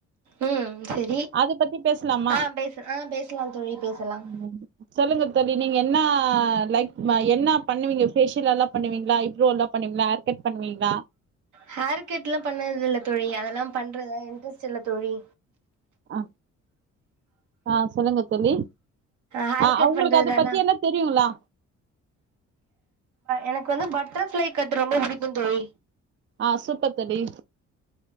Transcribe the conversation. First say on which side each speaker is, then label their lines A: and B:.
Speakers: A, on the right; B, on the right.
A: ம் செரி
B: அத பத்தி பேசலாமா
A: ஆ பேசு ஆ பேசலாம் தோழி பேசலாம்
B: ம், சொல்லுங்க தோழி நீங்க என்னா லைக் என்ன பண்ணுவீங்க ஃபேஷியல்ல்லா பண்ணுவீங்களா ஐபுரோல்லாம் பண்ணுவிங்ளா ஹார் கட் பண்ணுவீங்ளா
A: ஹேர் கட்லாம் பண்ணதுல்ல தோழி அதெல்லா பண்றதா இன்ட்ரெஸ்ட் இல்ல தோழி
B: ஆ ஆ சொல்லுங்க தோழி
A: ஹேர்
B: ஆ
A: கட்
B: அவுங்களுக்கு
A: பண்றதெல்லா
B: அத பத்தி என்ன தெரியுங்களா
A: எனக்கு வந்து பட்டர்ஃப்ளை கட்டு ரொம்ப புடிக்கும் தோழி
B: ஆ சூப்பர் தோழி